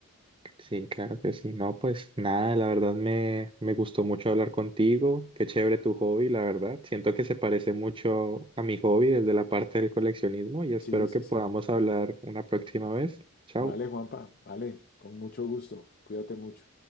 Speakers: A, on the right; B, on the left.
A: Sí, claro que sí. No, pues nada, la verdad me, me gustó mucho hablar contigo. Qué chévere tu hobby, la verdad. Siento que se parece mucho a mi hobby desde la parte del coleccionismo y espero
B: Sí, sí,
A: que podamos
B: sí.
A: hablar una próxima vez. Chao.
B: Vale, Juanpa, vale, con mucho gusto. Cuídate mucho.